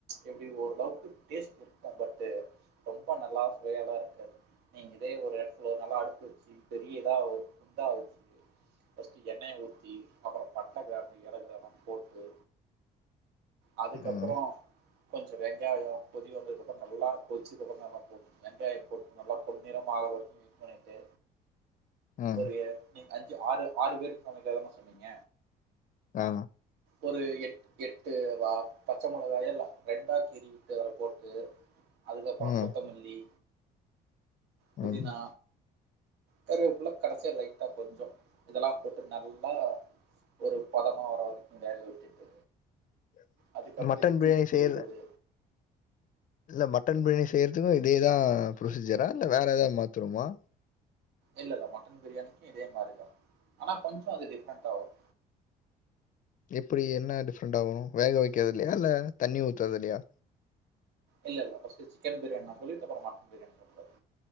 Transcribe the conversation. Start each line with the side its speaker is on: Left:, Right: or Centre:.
Right: எப்டி ஓரளவுக்கு டேஸ்ட் இருக்கும் பட்டு ரொம்ப நல்லா <unintelligible> எல்லா இருக்காது நீங்க இதே ஒரு எடத்துல ஒரு நல்ல அடுப்பு வச்சு பெரிய இதா குண்டாவ ச்சு ஃபர்ஸ்ட்டு எண்ணெய ஊத்தி அப்றோ பட்ட கிராம்பு ஏலக்கால்லா போட்டு அதுக்கபறோ
Left: ம்
Right: கொஞ்சோ வெங்காயம் கொதி வந்ததுக்கப்றோ நல்லா கொதிச்சக்கப்றோ நல்லா போட்ணு வெங்காயம் போட்டு நல்லா பொன்னிறமா ஆவற வரைக்கு வெயிட் பண்ணிட்டு
Left: ம்
Right: ஒருயே நீங்க அஞ்சு ஆறு ஆறு பேருக்கு சமைக்க தான சொன்னீங்க
Left: ஆ
Right: ஒரு எட் எட்டு ரா பச்ச மிளகாயோ <unintelligible> ரெண்டாக்கி கீறீட்டு அற போட்டு அதுக்கப்பறோ
Left: ம்
Right: கொத்தமல்லி புதினா
Left: ம்
Right: கருவேப்புள்ள கடைசியா லைட்டா கொஞ்சோ இதெல்லா போட்டு நல்லா ஒரு பதமா வர வரைக்கு வேக விட்டுட்டு
Left: <inaudible>
Right: அதுக்கப்பறோ
Left: மட்டன்
Right: இஞ்சி
Left: பிரியாணி
Right: பூண்டு
Left: செய்ய
Right: விழுது
Left: இல்ல மட்டன் பிரியாணி செய்றதுக்கு இதேதா ப்ரொசீஜரா இல்ல வேற ஏதாவது மாத்தனுமா
Right: இல்ல இல்ல மட்டன் பிரியாணிக்கு இதே மாறிதா ஆனா கொஞ்ச அது டிஃப்ரெண்ட்டா வரு
Left: எப்படி என்ன டிஃப்ரெண்ட்டா வரு வேக வைக்கறதுலயா இல்ல தண்ணி ஊத்துறதுலயா
Right: இல்ல இல்ல பஸ்ட் சிக்கன் பிரியாணின் சொல்லிட்டு அப்பற மட்டன் பிரியாணி சொல்ல கூாது